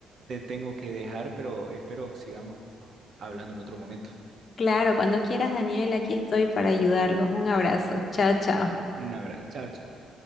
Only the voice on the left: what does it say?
Claro, cuando quieras, Daniel, aquí estoy para ayudarlos. Un abrazo. Chao, chao.